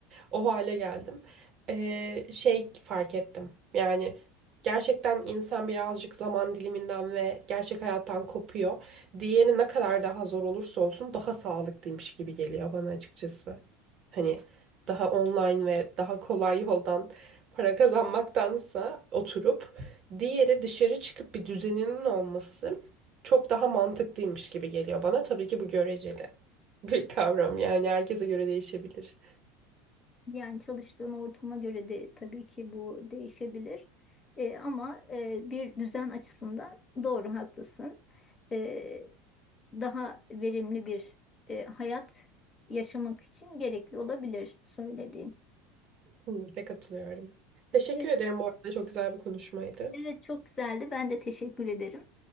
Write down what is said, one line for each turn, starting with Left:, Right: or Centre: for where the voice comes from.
Right: O hale geldim. E, şey fark ettim. Yani Gerçekten insan birazcık zaman diliminden ve gerçek hayattan kopuyor. Diğeri ne kadar daha zor olursa olsun daha sağlıklıymış gibi geliyor bana açıkçası. Hani daha online ve daha kolay yoldan para kazanmaktansa oturup diğeri dışarı çıkıp bir düzeninin olması çok daha mantıklıymış gibi geliyor bana. Tabii ki bu göreceli <laughs> bir kavram yani herkese göre değişebilir.
Left: Yani çalıştığın ortama göre de tabii ki bu değişebilir. E, ama e, bir düzen açısından doğru haklısın. E, daha verimli bir e, hayat yaşamak için gerekli olabilir söylediğin.
Right: Kesinlikle katılıyorum. Teşekkür
Left: Evet,
Right: ederim bu arada çok güzel bir konuşmaydı.
Left: evet, çok güzeldi. Ben de teşekkür ederim.